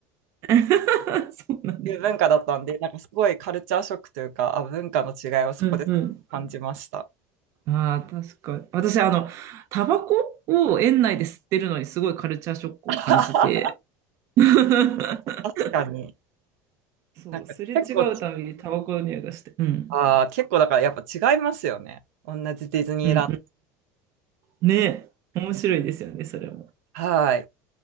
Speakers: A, on the right; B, on the right.
A: <laughs> そうなんだ。
B: いう文化だったんで、なんかすごいカルチャーショックというか、あ、文化の違いをそこで感じました。
A: うんうん。ああ、確かに。私、あの、タバコを園内で吸ってるのにすごいカルチャーショックを感じて。
B: <laughs>
A: <laughs>
B: 確かに。
A: そう、
B: なんか結構、
A: すれ違うたびにタバコの匂いがして。うん。
B: あー、結構だからやっぱ違いますよね。同じディズニーラン
A: うんうん。ねえ。面白いですよね、それも。
B: ド。はい。